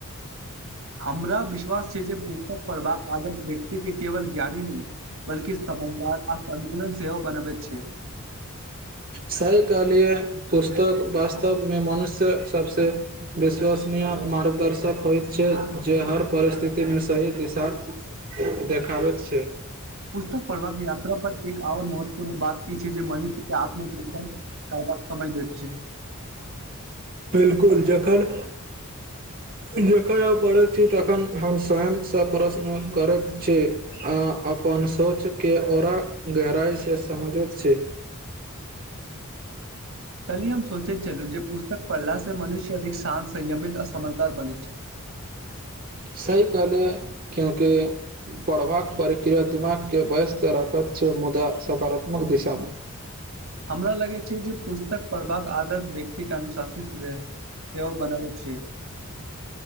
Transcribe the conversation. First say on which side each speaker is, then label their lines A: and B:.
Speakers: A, on the right; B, on the right.
A: हमरा विश्वास छै जे पुस्तक पढ़बाक आदत व्यक्ति के केवल ज्ञानी नहि बलकि समझदार असन्तुलन सेहो बनबैत छै
B: सही कहलिय पुस्तक वास्तवमे मनुष्य सबसे विश्वसनीय मार्गदर्श श्यक होइत छै जे हर परिस्थिति मे सही दिशा देखाबेक छै
A: पुस्तक पढ़बाक यात्रा पर एक आओर महत्व पूर्ण बात ई छै जे मनुष्य के आत्म चिन्तन करबाक समय दैत छै
B: बिलकुल जखन जखन आ पढ़ैत छी तखन हम स्वयं से प्रश्न करैत छी अ अनशोच के ओरा गहराइ से समझबैत छै
A: कली हम सोचैत चलू जे पुस्तक पढ़ला से मनुष्य अधिक शान्त संयमित अ स समझदार बनै छै
B: सही कहलिय क्योकि पढ़बाक प्रक्रिया दिमाग के व्यस्त राखऽ छ मुदा सकारात्मक दिशामे
A: हमरा लगै छै जे पुस्तक पढ़बाक आदत व्यक्तिके अनुशासित रहै सेओ बनाबैत छै